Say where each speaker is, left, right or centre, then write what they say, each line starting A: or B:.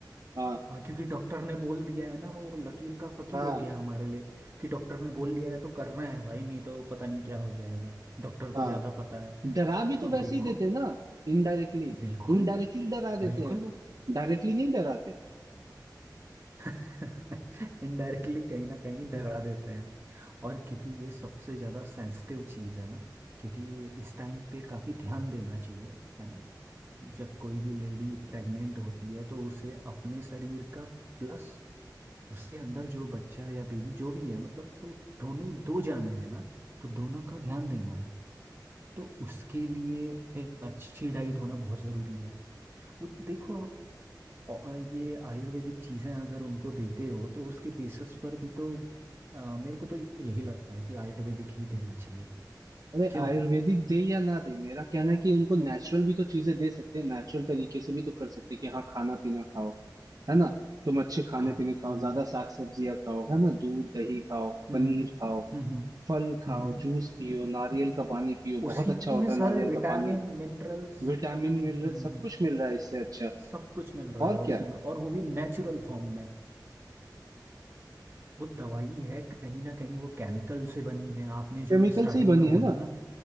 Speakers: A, on the right; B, on the right.
A: हाँ
B: हाँ क्योंकि डॉक्टर ने बोल दिया है ना वो लकीर का फकीर
A: हाँ
B: हो गया हमारे लिए कि डॉक्टर ने बोल दिया है तो करना है भाई नहीं तो पता नहीं क्या हो जाएगा डॉक्टर को
A: हाँ
B: ज़्यादा पता है
A: डरा भी
B: तो
A: तो
B: देखो
A: वैसे ही देते हैं ना इनडायरेक्टली
B: बिल्कुल
A: इनडायरेक्टली डरा देते
B: बिल्कुल
A: हैं वो डायरेक्टली नहीं डराते
B: <laughs> इनडायरेक्टली कहीं ना कहीं डरा देते हैं और क्योंकि ये सबसे ज़्यादा सेंसिटिव चीज़ है ना क्योंकि इस टाइम पे काफ़ी ध्यान देना चाहिए है ना जब कोई भी लेडी प्रेग्नेंट होती है तो उसे अपने शरीर का प्लस उसके अंदर जो बच्चा या बेबी जो भी है मतलब तो दोनों दो जाने हैं ना तो दोनों का ध्यान देना है तो उसके लिए एक अच्छी डाइट होना बहुत ज़रूरी है वो देखो आप और ये आयुर्वेदिक चीज़ें अगर उनको देते हो तो उसके बेसिस पर भी तो अ, मेरे को तो यही लगता है कि आयुर्वेदिक ही देना चाहिए
A: अरे
B: क्यों
A: आयुर्वेदिक दे या ना दे मेरा कहना है कि उनको नेचुरल भी तो चीजें दे सकते हैं नेचुरल तरीके से भी तो कर सकते हैं कि हाँ खाना पीना खाओ है ना तुम अच्छे खाने
B: खा हम्म
A: पीने खाओ ज्यादा साग सब्जियां खाओ है ना दूध दही खाओ
B: हम्म
A: पनीर
B: हम्म
A: खाओ
B: हम्म हम्म।
A: फल खाओ
B: हम्म, हम्म।
A: जूस पियो नारियल का पानी पियो बहुत
B: उसी
A: अच्छा होता
B: में
A: है
B: सारे
A: नारियल
B: विटामिन
A: का पानी
B: मिनरल्स
A: विटामिन
B: हम्म हम्म
A: मिल
B: हम्म
A: रहा
B: हम्म
A: सब
B: हम्म।
A: कुछ मिल रहा है इससे अच्छा
B: सब कुछ मिल रहा
A: और
B: है उसी
A: क्या
B: में और वो भी नेचुरल फॉर्म में वो दवाई है कहीं ना कहीं वो केमिकल से बनी है आपने जो
A: केमिकल
B: स्टार्टिंग
A: से ही बनी
B: में बोला
A: है ना
B: ना